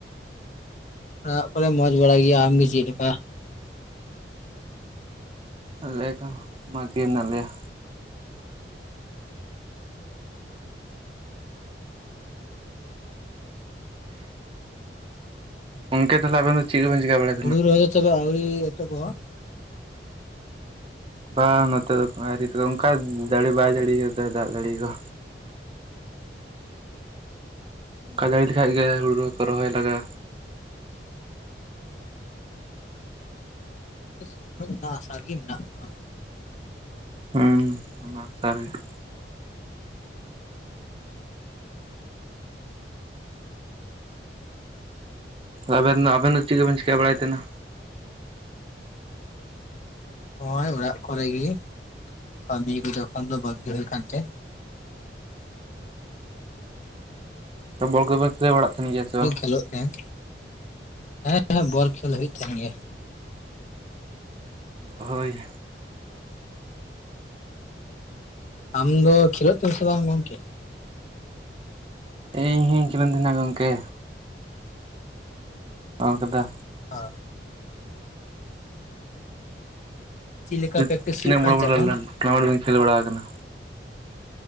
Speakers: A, on the left; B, on the right.
A: ᱚᱲᱟᱜ ᱠᱚᱨᱮ ᱢᱚᱸᱡᱽ ᱵᱟᱲᱟ ᱜᱮᱭᱟ ᱟᱢᱜᱮ ᱪᱮᱫᱮ ᱞᱮᱠᱟ
B: ᱟᱞᱮ ᱠᱚᱦᱚᱸ ᱢᱚᱡᱽᱜᱮ ᱢᱮᱱᱟᱜ ᱞᱮᱭᱟ ᱜᱚᱝᱠᱮ ᱛᱟᱦᱞᱮ ᱟᱱᱮᱱ ᱫᱚ ᱪᱮᱫ ᱠᱚ ᱵᱮᱱ ᱪᱮᱠᱟ ᱵᱟᱲᱟᱭᱮᱫᱟ
A: ᱦᱩᱲᱩ ᱨᱚᱦᱚ ᱫᱚ ᱪᱟᱵᱟ ᱟᱹᱣᱨᱤ ᱮᱛᱚᱦᱚᱵᱚᱜ-ᱟ
B: ᱵᱟ ᱱᱚᱛᱮ ᱫᱚ ᱟᱹᱨᱤ ᱛᱮᱫᱚ ᱚᱱᱠᱟ ᱡᱟᱹᱲᱤ ᱵᱟᱭ ᱡᱟᱹᱲᱤᱭᱟᱠᱟᱫᱟ ᱛᱚ ᱫᱟᱜ ᱡᱟᱹᱲᱤ ᱠᱚ ᱚᱝᱠᱟ <unintelligible> ᱞᱮᱠᱷᱟᱡ ᱜᱮ ᱦᱩᱲᱩ ᱦᱚᱸᱠᱚ ᱨᱚᱦᱚᱭ ᱞᱟᱜᱼᱟ
A: <unintelligible> ᱚᱱᱟ ᱟᱥᱟ ᱨᱮᱜᱮ ᱢᱮᱱᱟᱜ ᱠᱚᱣᱟ
B: ᱦᱩᱸ ᱚᱱᱟ ᱟᱥᱟ ᱨᱮᱜᱮ ᱟᱵᱮᱱ ᱫᱚ ᱟᱵᱮᱱ ᱫᱚ ᱪᱮᱫ ᱠᱚᱵᱮᱱ ᱪᱤᱠᱟ ᱵᱟᱲᱟᱭ ᱛᱟᱦᱮᱱᱟ
A: ᱱᱚᱜ-ᱚᱭ ᱚᱲᱟᱜ ᱠᱚᱨᱮᱜᱤ ᱠᱟᱹᱢᱤ ᱠᱚ ᱮᱠᱷᱚᱱ ᱫᱚ ᱵᱟᱹᱜᱤ ᱦᱩᱭ ᱟᱠᱟᱱ ᱪᱚ
B: ᱛᱚ ᱵᱚᱞ ᱠᱚᱵᱮᱱ ᱠᱷᱮᱹᱞ ᱵᱟᱲᱟᱜ ᱛᱟᱦᱮᱱ ᱜᱮᱭᱟ ᱥᱮ ᱵᱟᱝ
A: ᱠᱷᱮᱹᱞᱳᱷ ᱠᱟᱱᱟ ᱦᱮᱸ ᱦᱮᱸ ᱵᱚᱞ ᱠᱷᱮᱹᱞ ᱦᱩᱭᱩᱜ ᱠᱟᱱ ᱜᱮᱭᱟ
B: ᱦᱳᱭ
A: ᱟᱢ ᱫᱚ ᱠᱷᱮᱞᱳᱜ <unintelligible> ᱵᱟᱝ ᱜᱚᱝᱠᱮ
B: ᱤᱧᱦᱚᱧ <unintelligible> ᱜᱚᱝᱠᱮ ᱚᱱᱟ ᱠᱚᱫᱚ
A: ᱚ ᱪᱮᱫ ᱞᱮᱠᱟ
B: <unintelligible>
A: ᱯᱨᱮᱠᱴᱤᱥ
B: ᱛᱤᱱᱟᱹᱜ
A: ᱦᱩᱭᱩᱜ
B: ᱵᱚᱲᱚ
A: ᱠᱟᱱᱛᱮ
B: ᱵᱚᱲᱚ <unintelligible>
A: ᱮᱠᱷᱚᱱ
B: ᱴᱩᱨᱱᱟᱢᱮᱱᱴ ᱵᱮᱱ ᱠᱷᱮᱹᱞ ᱵᱟᱲᱟ ᱟᱠᱟᱱᱟ